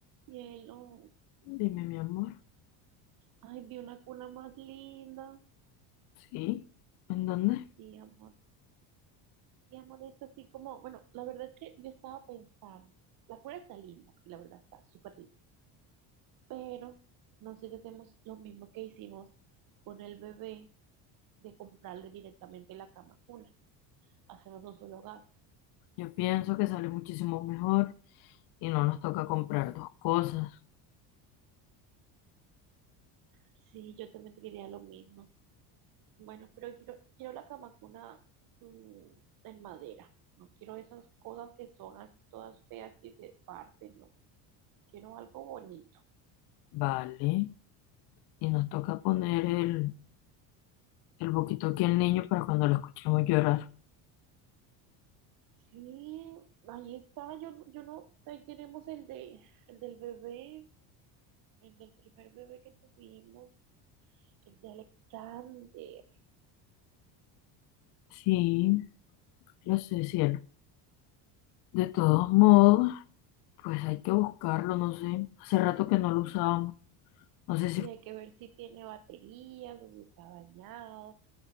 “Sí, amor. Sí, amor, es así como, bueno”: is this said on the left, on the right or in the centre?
Right